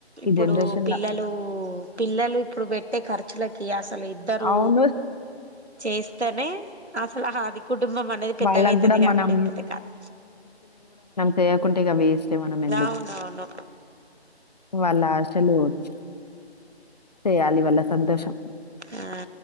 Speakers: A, on the right; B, on the left.
A: ఇప్పుడు
B: ఈ జనరేషన్‌ల.
A: పిల్లలూ పిల్లలు ఇప్పుడు పెట్టే ఖర్చులకి అసలు ఇద్దరూ
B: అవును.
A: చేస్తేనె అసలు హాదిక్ కుటుంబం అనేది పెద్దగయితది
B: వాళ్ళకి గూడా
A: గానీ,
B: మనం
A: లేకపోతే కాదు.
B: చెయ్యక్ కుంటేగా వేస్టే మనం ఎందుకు?
A: అవునవును
B: వాల్ హాస్టల్ పోవచ్చు సేయాలి వాళ్ళ సంతోషం.
A: ఆ